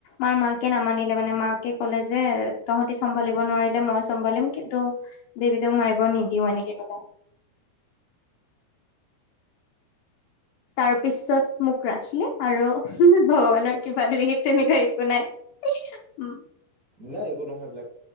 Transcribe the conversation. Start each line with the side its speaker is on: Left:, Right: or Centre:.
Left: মাৰ মাকে নামানিলে মানে মাকে কলে যে তোহতে চম্ভালিব নোৱাৰি চম্ভালিম কিন্তু বেবীটোক মাৰিব নিদিও এনেক কলে তাৰ পিছত মোক ৰাখিলে আৰু ভগৱানৰ কৃপাত তেনেকুৱা সি তেনেকুৱা একো নাই।
Right: নাই একো নহয় এইবিলাক,